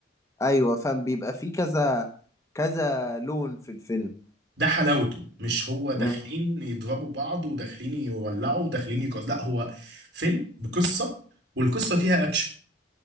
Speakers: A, on the left; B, on the right.
A: ايوه فاهم بيبقى فيه كذا كذا لون في الفيلم
B: ده حلاوته مش هو داخلين
A: مم.
B: يضربوا بعض وداخلين يولعوا وداخلين يكسروا لا هو فيلم بقصة والقصة فيها اكشن